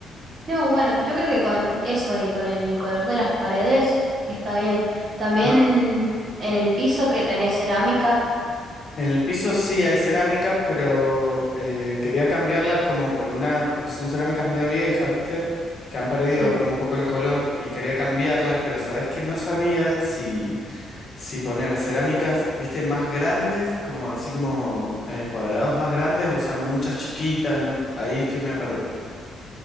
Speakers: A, on the right (about 45°); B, on the left (about 45°).
A: No, bueno, yo creo que con eso y con el color de las paredes está bien. También
B: Ajá.
A: en el piso que tenés cerámica,
B: En el piso sí hay cerámicas, pero eh, quería cambiarlas como por una, porque son cerámicas medio viejas, ¿viste? Que han perdido
A: sí.
B: como un poco el color y quería cambiarlas, pero sabes que no sabía si, si poner cerámicas, ¿viste? Más grandes, como así como eh, cuadrados más grandes o usar muchas chiquitas, no- Ahí estoy medio perdido.